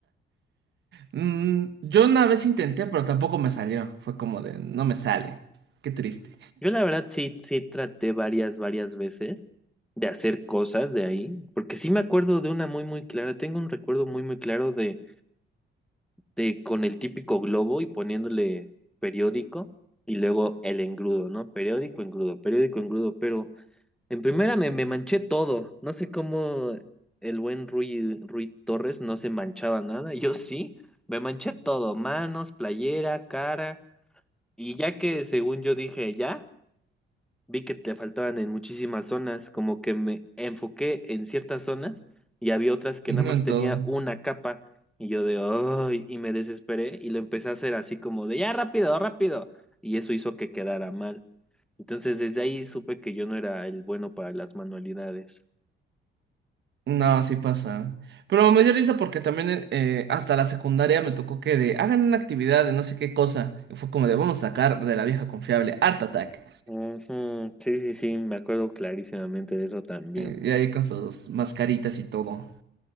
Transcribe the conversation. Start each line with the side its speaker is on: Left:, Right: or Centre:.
Right: Mm, yo una vez intenté, pero tampoco me salió. Fue como de, no me sale. Qué triste.
Centre: Yo la verdad sí, sí traté varias, varias veces de hacer cosas de ahí, porque sí me acuerdo de una muy, muy clara, tengo un recuerdo muy, muy claro de, de con el típico globo y poniéndole periódico y luego el engrudo, ¿no? Periódico, engrudo, periódico, engrudo, pero... En primera me, me manché todo. No sé cómo el buen Rui, Rui Torres no se manchaba nada. Yo sí, me manché todo, manos, playera, cara. Y ya que según yo dije ya, vi que te faltaban en muchísimas zonas, como que me enfoqué en ciertas zonas y había otras que
Right: Y
Centre: nada
Right: no
Centre: más
Right: en
Centre: tenía
Right: todo.
Centre: una capa. Y yo de, ay, y me desesperé y lo empecé a hacer así como de, ya rápido, rápido. Y eso hizo que quedara mal. Entonces desde ahí supe que yo no era el bueno para las manualidades.
Right: No, sí pasa. Pero me dio risa porque también eh, eh, hasta la secundaria me tocó que de, hagan una actividad de no sé qué cosa. Y fue como de, vamos a sacar de la vieja confiable Art Attack.
Centre: Ujú, Sí, sí, sí, me acuerdo clarísimamente de eso también.
Right: Eh, Y ahí con sus mascaritas y todo.